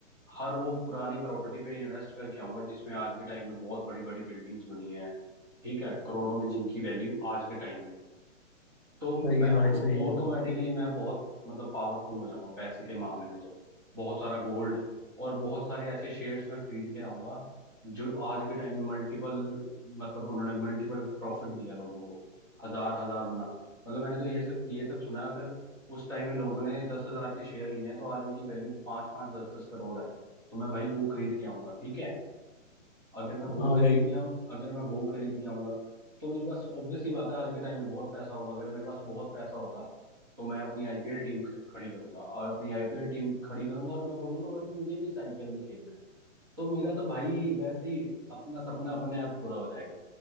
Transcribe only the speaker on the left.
सही
है
भाई सही
है
हाँ
भाई